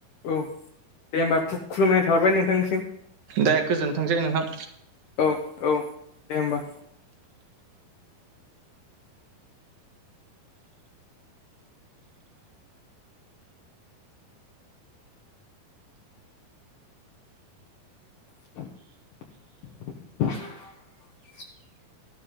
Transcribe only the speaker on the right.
दा गोजोनथोंसै नोंथां